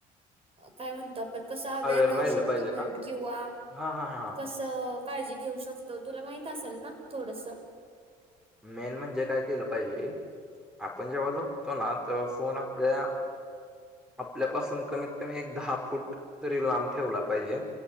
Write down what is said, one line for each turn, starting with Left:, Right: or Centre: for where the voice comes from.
Right: काय म्हणतो आपण कस आवेर
Centre: अवेअर
Right: राहू
Centre: राहिलं
Right: शकतो
Centre: पाहिजे
Right: म्हण
Centre: का
Right: किंवा
Centre: हा हा हा
Right: कस हो काळजी घेऊ शकतो तुला माहित असेल ना थोडंसं
Centre: मेन म्हणजे काय केलं पाहिजे आपण जेव्हा झोपतो तेव्हा फोन आपल्या आपल्यापासून कमीत कमी एक दहा फूट तरी लांब ठेवला पाहिजे.